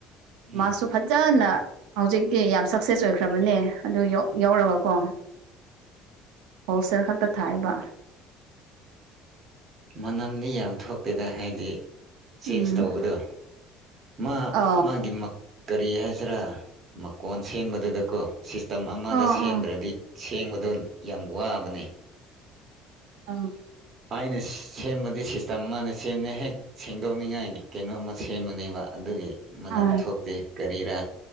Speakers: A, on the right; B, on the right.
A: ꯎꯝ
B: ꯃꯥꯁꯨ ꯐꯖꯅ ꯍꯧꯖꯤꯛꯇꯤ ꯌꯥꯝ ꯁꯛꯁꯦꯁ ꯑꯣꯏꯈ꯭ꯔꯕꯅꯦ ꯑꯗꯨ ꯌꯥꯎꯔꯒꯀꯣ ꯍꯣꯜꯁꯦꯜ ꯈꯛꯇ ꯊꯥꯏꯕ
A: ꯃꯅꯝꯗꯤ ꯌꯥꯝ ꯊꯣꯛꯇꯦꯗ ꯍꯥꯏꯗꯤ ꯆꯦꯟꯖ
B: ꯎꯝ
A: ꯇꯧꯕꯗꯣ ꯃꯥ
B: ꯑ
A: ꯃꯥꯒꯤ ꯀꯔꯤ ꯍꯥꯏꯁꯤꯔꯥ ꯃꯀꯣꯟ ꯁꯦꯝꯕꯗꯨꯗꯀꯣ ꯁꯤꯁꯇꯝ ꯑꯃꯗ
B: ꯑꯥ
A: ꯁꯦꯝꯗ꯭ꯔꯗꯤ ꯁꯦꯡꯕꯗꯣ ꯌꯥꯝ ꯋꯥꯕꯅꯤ
B: ꯑꯥ
A: ꯑꯩꯅ ꯁꯦꯝꯕꯗꯤ ꯁꯤꯁꯇꯝ ꯃꯥꯅ ꯁꯦꯝꯃꯦ ꯍꯦꯛ ꯁꯦꯡꯗꯣꯛꯅꯤꯡꯉꯥꯏꯒꯤ ꯀꯩꯅꯣ ꯑꯃ ꯁꯦꯝꯕꯅꯦꯕ ꯑꯗꯨꯒꯤ ꯃꯅꯝ
B: ꯑꯥ ꯑ
A: ꯊꯣꯛꯇꯦ ꯀꯔꯤꯔ